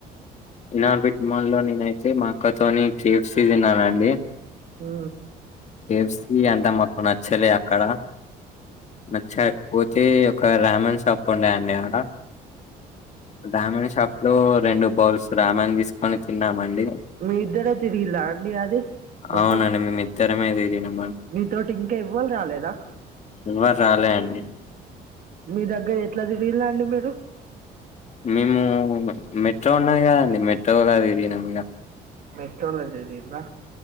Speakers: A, on the left; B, on the right.
A: ఇనార్బిక్ మాల్ నేనైతే మా అక్కతోని కే ఫ్ సి తిన్నానండి
B: ఆ
A: కే ఫ్ సి అంతా మాకు నచ్చలే అక్కడ నచ్చకపోతే ఒక రమణ్ షాప్ ఉండయండి అక్కడ రమణ్ షాప్ లో రెండు బౌల్స్ రామాణ్ తీసుకొని తిన్నామండి
B: మీ ఇద్దరే తిరిగిలా అండి అది మొత్తం
A: అవునండి మేము ఇద్దరమే తిరిగినం
B: మీతోటి ఇంకా ఇవ్వాల రాలేదా
A: ఎవరు రాలే అండి
B: మీ దగ్గర ఎట్లా తిరిగిలండి మీరు
A: మేము మెట్రో ఉన్నా కదండి మెట్రోలా తెరిగినం ఇక
B: మెట్రో లో తిరిగిండ్రా